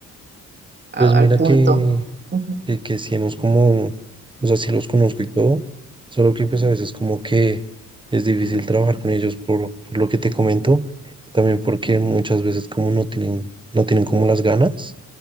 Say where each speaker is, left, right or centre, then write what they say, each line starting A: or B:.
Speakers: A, on the right; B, on the right.
A: a-
B: pues
A: al
B: mira
A: punto.
B: que,
A: Ujú.
B: que, que sí hemos como, o sea, sí los conozco y todo, solo que pues a veces como que es difícil trabajar con ellos por, por lo que te comento, y también porque muchas veces como no tienen, no tienen como las ganas,